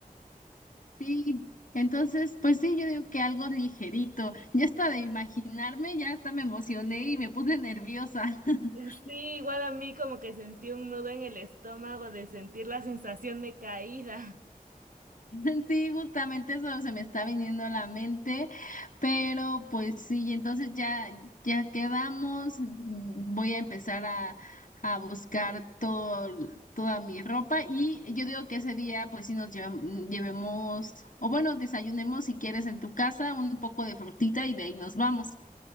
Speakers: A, on the left (about 60°); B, on the right (about 65°).
A: Sí, entonces pues sí, yo digo que algo ligerito. Ya hasta de imaginarme, ya hasta me emocioné y me puse nerviosa. <laughs>
B: <laughs> Sí, igual a mí como que sentí un nudo en el estómago de sentir la sensación de caída.
A: <laughs> Sí, justamente eso se me está viniendo a la mente, pero pues sí, entonces ya, ya quedamos, mm, voy a empezar a, a buscar todo, toda mi ropa y yo digo que ese día pues sí nos llevam- llevemos, o bueno, desayunemos si quieres en tu casa un poco de frutita y de ahí nos vamos.